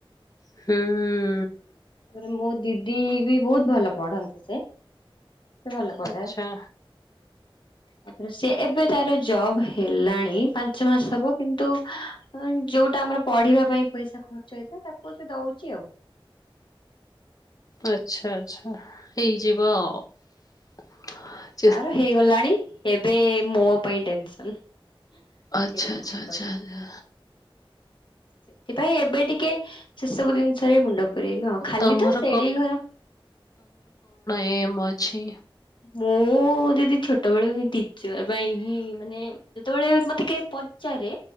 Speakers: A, on the left; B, on the left.
A: ହୁଁ ଉଁ
B: ତାପରେ ମୋ ଦିଦି ବି ବହୁତ ଭଲ ପଢନ୍ତି ସେ। ସେ ଭଲ ପଢେ।
A: ଆଚ୍ଛା
B: ତାପରେ ସେ ଏବେ ତାର ଜବ୍ ହେଲାଣି ପାଞ୍ଚ ମାସ ହବ କିନ୍ତୁ ହ ଯୋଉଟା ଆମର ପଢିବା ପାଇଁ ପଇସା ଖର୍ଚ୍ଚ ହେଇଥିଲା, ତାକୁ ସେ ଦଉଚି ଆଉ।
A: ଆଛା ଆଛା ହେଇଯିବ ଅ।
B: ତାର ହେଇଗଲାଣି, ଏବେ ମୋ ପାଇଁ ଟେନସନ୍। ଟିକେ
A: ଆଚ୍ଛା
B: ପଢ଼ାପଢ଼ି।
A: ଆଚ୍ଛା ଆଚ୍ଛା
B: ସେଥିପାଇଁ ଏବେ ଟିକେ ସେସବୁ ଜିନି ଥରେ ମୁଣ୍ଡ ପୁରେଇନୁ ଆଉ, ଖାଲି
A: ତମର
B: ତ ସେଡି ଘର
A: ଏ ମ ଛି
B: ମୁଁ ଦିଦି ଛୋଟ ବେଳୁ ହିଁ ଟିଚର ପାଇଁ ହିଁ ମାନେ ଯେତେବେଳେ ମତେ କିିକେ ପଚାରେ